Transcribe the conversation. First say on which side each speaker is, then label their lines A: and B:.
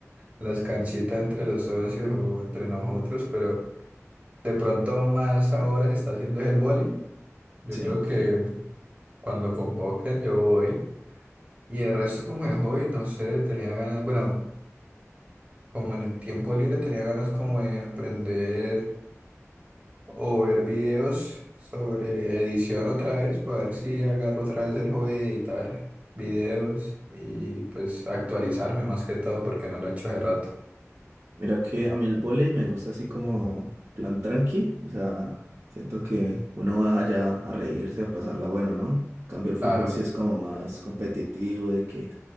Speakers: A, on the right; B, on the right.
A: las canchitas entre los socios o entre nosotros, pero de pronto más ahora se está haciendo es el vóley. Yo
B: Sí.
A: creo que cuando convoquen yo voy. Y el resto como de hobby, no sé, tenía ganas, bueno, como en el tiempo libre tenía ganas como de aprender o ver videos sobre edición otra vez, para ver si agarro otra vez el hobby de editar videos y pues actualizarme más que todo porque no lo he hecho hace rato.
B: Mira que a mí el vóley me gusta así como plan tranqui, o sea, siento que uno va allá a reírse, a pasarla bueno, ¿no? En cambio el fútbol
A: Claro.
B: sí es como más competitivo, de que,